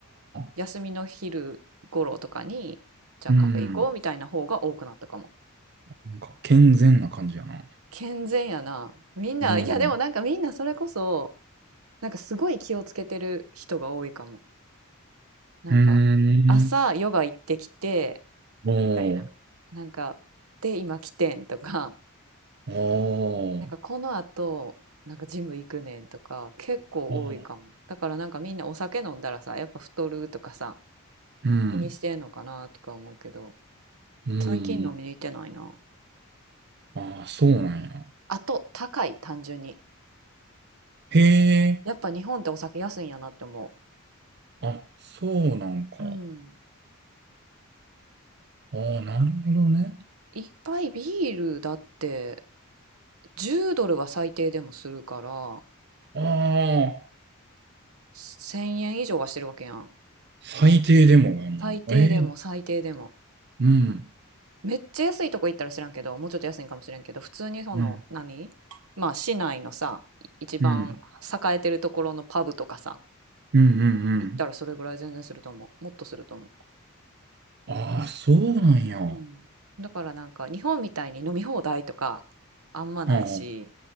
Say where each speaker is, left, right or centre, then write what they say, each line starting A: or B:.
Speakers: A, on the right; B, on the right.
A: 休みの昼頃とかにじゃあカフェ行こうみたいな方が多くなったかも。
B: あ、うん。なんか、健全な感じやな。
A: 健全やな。みんな、
B: うん。
A: いやでもなんかみんなそれこそ、なんかすごい気をつけてる人が多いかも。なんか、
B: うー
A: 朝ヨガ行ってきて、
B: ん。お
A: みたいな。
B: ー。
A: なんか、で、今来てんとか、
B: あー
A: なんかこの後、なんかジム行くねんとか、結構多いかも。
B: あー。
A: だからなんかみんなお酒飲んだらさ、やっぱ太るとかさ、
B: うん。
A: 気にしてんのかなとか思うけど、
B: うん。
A: 最近飲みに行ってないな。
B: ああ、そうなんや。
A: あと、高い、単純に。
B: へえ。
A: やっぱ日本ってお酒安いんやなって思
B: あ、そうなんか。
A: う。うん。
B: ああ、なるほどね。
A: 一杯ビールだって10ドルは最低でもするから
B: ああ、
A: 1000円以上はしてるわけやん。
B: 最低でもやもん。
A: 最低でも最低でも。
B: ええうん、
A: めっちゃ安いとこ行ったら知らんけど、もうちょっと安いんかもしれんけど、普通にその何まあ市内のさ、
B: うん、
A: 一番栄えてるところのパブとかさ、
B: うん、うん、うん、うん。
A: 行ったらそれぐらい全然すると思う。もっとすると思
B: ああ、そうなんや。あ
A: う。うん。だからなんか日本みたいに飲み放題とかあんまないし、
B: あ、